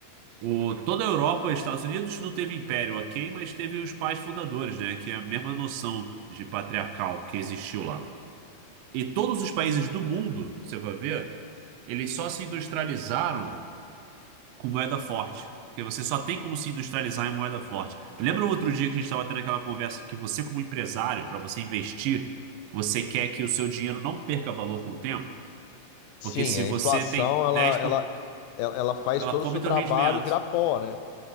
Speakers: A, on the right; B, on the left.
A: o, toda a Europa e Estados Unidos não teve império, ok, mas teve os pais fundadores, né? Que é a mesma noção de patriarcal que existiu lá. E todos os países do mundo, você vai ver, eles só se industrializaram com moeda forte. Porque você só tem como se industrializar em moeda forte. Lembra outro dia que a gente estava tendo aquela conversa que você, como empresário, para você investir, você quer que o seu dinheiro não perca valor com o tempo?
B: Sim,
A: Porque se
B: a
A: você
B: inflação
A: tem
B: ela,
A: 10 por...
B: ela, ela ela faz
A: ela
B: todo
A: come
B: o seu trabalho
A: teu rendimento.
B: virar pó, né?